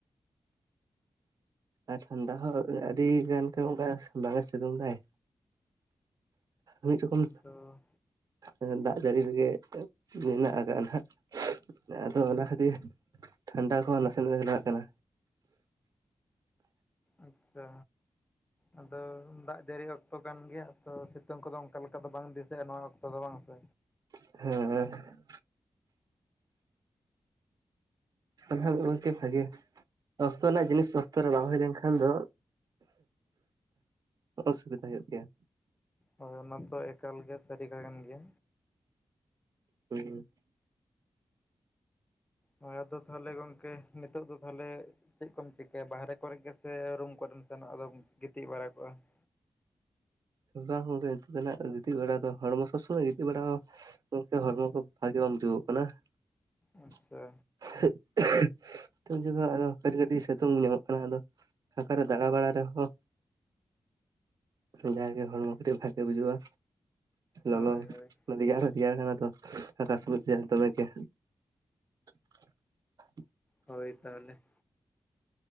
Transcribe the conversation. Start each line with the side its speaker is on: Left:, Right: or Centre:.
Right: ᱟᱨ ᱴᱷᱟᱱᱰᱟ ᱦᱚᱸ ᱟᱹᱰᱤ ᱜᱟᱱ ᱜᱮ ᱚᱱᱠᱟ ᱵᱟᱝᱮ ᱥᱤᱛᱩᱝ ᱫᱟᱭ᱾ ᱢᱤᱫ ᱨᱚᱠᱚᱢ
Left: ᱟᱫᱚ
Right: ᱮᱸ ᱫᱟᱜ ᱡᱟᱹᱲᱤ ᱨᱮᱜᱮ ᱢᱮᱱᱟᱜ ᱟᱠᱟᱜᱼᱟ ᱱᱟᱦᱟᱜ᱾ ᱟᱫᱚ ᱚᱱᱟ ᱠᱷᱟᱹᱛᱤᱨ ᱴᱷᱟᱱᱰᱟ ᱠᱚᱦᱚᱸ ᱱᱟᱥᱮ ᱱᱟᱥᱮ ᱞᱟᱜᱟᱜ ᱠᱟᱱᱟ᱾
Left: ᱟᱪᱪᱷᱟ᱾ ᱟᱫᱚ ᱫᱟᱜ ᱡᱟᱹᱲᱤ ᱚᱠᱛᱚ ᱠᱟᱱ ᱜᱮᱭᱟ ᱛᱚ ᱥᱤᱛᱩᱝ ᱠᱚᱫᱚ ᱚᱱᱠᱟ ᱞᱮᱠᱟ ᱫᱚ ᱵᱟᱝ ᱫᱤᱥᱟᱹᱜᱼᱟ ᱱᱚᱣᱟ ᱚᱠᱛᱚ ᱫᱚ ᱵᱟᱝ ᱥᱮ᱾
Right: ᱦᱮᱸ᱾ ᱟᱨ ᱦᱟᱸᱜ ᱜᱚᱝᱠᱮ ᱵᱷᱟᱜᱮ᱾ ᱚᱠᱛᱚ ᱨᱮᱱᱟᱜ ᱡᱤᱱᱤᱥ ᱚᱠᱛᱚ ᱨᱮ ᱵᱟᱝ ᱦᱩᱭ ᱞᱮᱱᱠᱷᱟᱱ ᱫᱚ ᱚᱥᱩᱵᱤᱫᱟ ᱦᱩᱭᱩᱜ ᱜᱮᱭᱟ᱾
Left: ᱦᱳᱭ ᱚᱱᱟ ᱫᱚ ᱮᱠᱟᱞ ᱜᱮ ᱥᱟᱹᱨᱤᱜ ᱠᱟ-ᱠᱟᱱ ᱜᱮᱭᱟ᱾
Right: ᱦᱩᱼᱩ <unintelligible>
Left: ᱦᱚᱭ ᱟᱫᱚ ᱛᱟᱦᱚᱞᱮ, ᱜᱚᱝᱠᱮ ᱱᱤᱛᱚᱜ ᱫᱚ, ᱛᱟᱦᱚᱞᱮ, ᱪᱮᱫ ᱠᱚᱢ ᱪᱤᱠᱟᱹᱭᱟ? ᱵᱟᱦᱨᱮ ᱠᱚᱨᱮ ᱜᱮᱥᱮ, ᱨᱩᱢ ᱠᱚ ᱨᱮᱢ ᱥᱮᱱᱚᱜᱼᱟ, ᱟᱫᱚᱢ ᱜᱤᱛᱤᱡ ᱵᱟᱲᱟ ᱠᱚᱜᱼᱟ ᱾
Right: ᱵᱟᱝ ᱜᱚᱝᱠᱮ, ᱱᱤᱛᱚᱜ ᱫᱚ ᱱᱟ ᱦᱟᱸᱜ, ᱜᱤᱛᱤᱡ ᱵᱟᱲᱟ ᱫᱚ, ᱦᱚᱲᱢᱚ ᱥᱚᱥᱚᱜ, ᱥᱚᱵ ᱥᱚᱢᱚᱭ ᱜᱤᱛᱤᱡ ᱵᱟᱲᱟ ᱦᱚᱸ ᱜᱚᱢᱠᱮ! ᱦᱚᱲᱢᱚ ᱠᱚ, ᱵᱷᱟᱜᱤ ᱵᱟᱝ ᱵᱩᱡᱩᱜᱚᱼᱜ, ᱠᱟᱱᱟ ᱾ ᱟᱦᱼᱜᱼᱠᱷᱼᱟ-ᱷᱼᱜ,
Left: ᱟᱪᱪᱷᱟ
Right: ᱥᱼᱩᱸᱡ ᱥᱤᱛᱩᱝ ᱡᱚᱜ ᱫᱚ, ᱟᱫᱚ ᱠᱟᱹᱴᱤᱡ, ᱠᱟᱹᱴᱤᱡ ᱥᱤᱛᱩᱝ ᱧᱟᱢᱚᱜ ᱠᱟᱱᱟ, ᱟᱫᱚ ᱯᱷᱟᱸᱠᱟ ᱨᱮ, ᱫᱟᱬᱟ ᱵᱟᱲᱟ ᱨᱮᱦᱚᱸᱻᱻ ᱡᱟᱜᱮ ᱦᱚᱲᱢᱚ ᱠᱟᱹᱴᱤᱡ, ᱵᱷᱟᱜᱮ ᱵᱩᱡᱩᱜᱼᱟ,
Left: ᱦᱳᱭ
Right: ᱞᱚᱞᱚ
Left: ᱦᱳᱭ
Right: ᱨᱮᱭᱟᱲ ᱦᱚᱸ, ᱨᱮᱭᱟᱲ ᱠᱟᱱᱟ ᱛᱚ, ᱥᱩ-ᱩᱸᱡ ᱟᱠᱟ ᱥᱩᱱᱩᱡ ᱛᱮ, ᱫᱚᱢᱮ ᱜᱮ <unintelligible>
Left: ᱦᱳᱭ! ᱛᱟᱦᱚᱞᱮ,